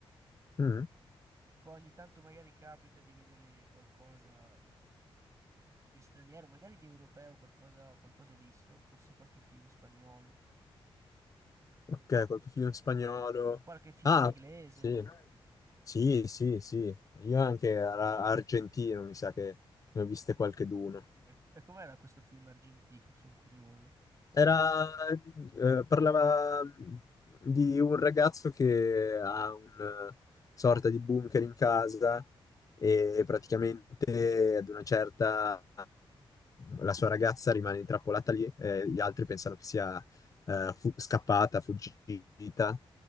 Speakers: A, on the left; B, on the right.
A: Mm.
B: Poi ogni tanto magari capita di vedere qualcosa di straniero, magari di europeo, qualcosa, qualcosa ho visto, forse qualche film spagnolo,
A: Ok, col tuo film spagnolo.
B: qualche film
A: Ah,
B: inglese.
A: sì, sì, sì, sì. Io anche ar- argentino, mi sa che ne ho viste qualcheduno.
B: E, co- e com'era questo film argentino? Sono curioso.
A: Era, eh, parlava mm, di un ragazzo che ha una sorta di bunker in casa e praticamente ad una certa la sua ragazza rimane intrappolata lì e gli altri pensano che sia eh, fu- scappata, fuggita